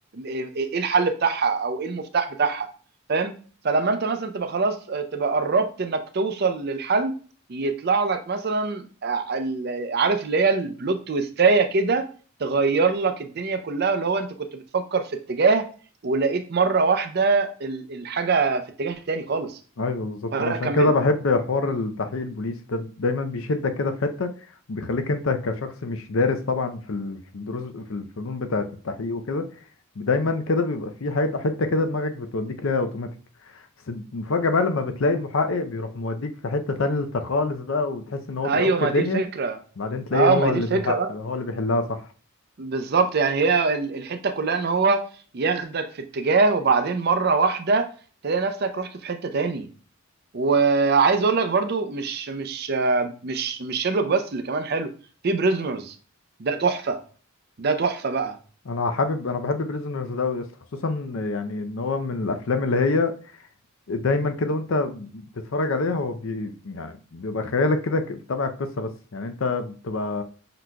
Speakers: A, on the right; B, on the left.
A: ايه إيه الحل بتاعها او ايه المفتاح بتاعها فاهم فلما انت مثلا تبقى خلاص آه، تبقى قربت انك توصل للحل يطلع لك مثلا آه، ال- عارف اللي هي البلوت تويستاية كده تغير لك الدنيا كلها اللي هو انت كنت بتفكر في اتجاه ولقيت مرة واحدة ال- الحاجة في اتجاه تاني خالص
B: ايوه بالظبط
A: فرق
B: وانا عشان
A: اكمله
B: كده بحب حوار التحقيق البوليسي ده دايما بيشدك كده في حته وبيخليك انت كشخص مش دارس طبعا في ال- في الدروس في الفنون بتاعه التحقيق وكده دايما كده بيبقى في حته حته كده دماغك بتوديك ليها اوتوماتيك بس المفاجاه بقى لما بتلاقي المحقق بيروح موديك في حته تالته خالص بقى وتحس ان هو
A: ايوه
B: بيعك
A: ما
B: الدنيا
A: دي الفكره
B: بعدين تلاقيه
A: اه
B: هو
A: ما
B: اللي
A: دي الفكره
B: بيحق
A: بقى
B: هو اللي بيحلها صح
A: بالظبط يعني هي ال- الحته كلها ان هو ياخدك في اتجاه وبعدين مره واحده تلاقي نفسك رحت في حته تاني وعايز اقول لك برضو مش مش آه، مش مش شيرلوك بس اللي كمان حلو في بريزنرز ده تحفه ده تحفه بقى
B: انا حابب انا بحب بريزونرز ده أوي يا اسطى، خصوصا يعني ان هو من الافلام اللي هي دايما كده وانت بتتفرج عليها هو بي يعني بيبقى خيالك كده ك- تبع القصة بس يعني انت بتبقى